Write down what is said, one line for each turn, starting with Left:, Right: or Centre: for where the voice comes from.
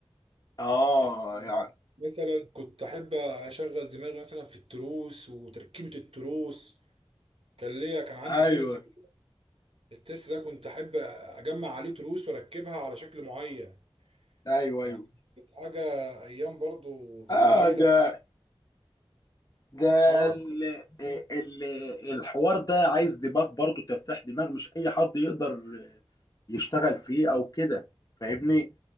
Left: اه
Right: يعني
Left: يعني
Right: مثلا كنت احب اشغل دماغي مثلا في التروس وتركيبة التروس كان ليا كان عندي
Left: ايوه
Right: ترس كده. الترس ده كنت احب اجمع عليه تروس واركبها على شكل معين
Left: ايوه
Right: يعني
Left: ايوه
Right: كانت حاجة ايام برضو كانت
Left: اه
Right: جميلة
Left: ده ده
Right: اه
Left: ال ال الحوار ده عايز دماغ برضو تفتح دماغ مش اي حد يقدر يشتغل فيه او كده فاهمني